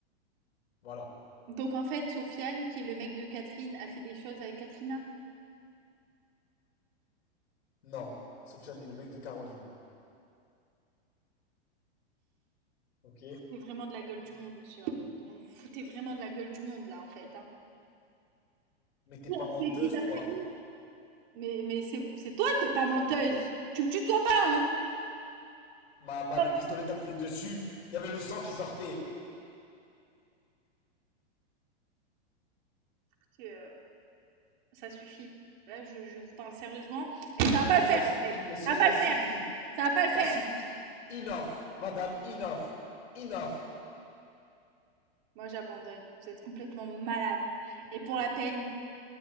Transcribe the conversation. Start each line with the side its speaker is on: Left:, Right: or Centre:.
Left: voilà.
Right: Donc, en fait, Sofiane, qui est le mec de Catherine, a fait des choses avec Katrina.
Left: Non, Sofiane est le mec de Caroline. Ok.
Right: Vous foutez vraiment de la gueule du monde, monsieur. hein. Vous vous foutez vraiment de la gueule du monde, là, en fait. Hein.
Left: Mais t'es
Right: Qui
Left: pas
Right: a
Left: menteuse,
Right: tué qui, d'après
Left: toi.
Right: vous Mais, mais c'est c'est toi, t'es pas menteuse. Tu me tutoies pas, hein.
Left: Ma, ma-
Right: Ah,
Left: le pistolet t'a appuyé dessus. Il y avait le sang qui sortait.
Right: écoutez, euh, Ça suffit. Là, je, je vous parle sérieusement. Et ça va pas
Left: Ça
Right: le faire,
Left: suffit,
Right: en fait.
Left: monsieur,
Right: Ça
Left: ça
Right: va pas le
Left: suffit.
Right: faire. Ça va pas le
Left: Ça
Right: faire.
Left: suffit. Enough, madame, enough. Enough.
Right: Moi, j'abandonne. Vous êtes complètement malade. Et pour la peine,